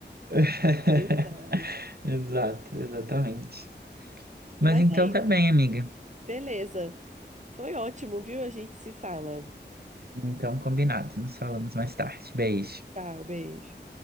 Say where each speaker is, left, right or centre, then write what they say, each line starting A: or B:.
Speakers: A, on the right; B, on the right.
A: <laughs>
B: <laughs> quem sabe.
A: Exato, exatamente. Mas
B: Mas
A: então
B: é
A: tá
B: isso,
A: bem, amiga.
B: beleza. Foi ótimo, viu? A gente se fala.
A: Então, combinado. Nos falamos mais tarde. Beijo.
B: Tchau, beijo.